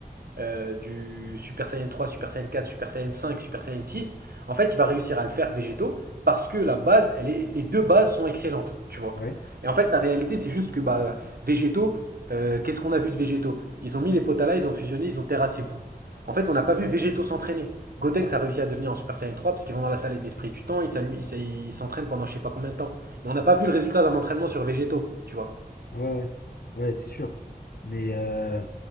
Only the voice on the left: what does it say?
Ouais.
Ouais, ouais, ouais, c'est sûr. Mais euh,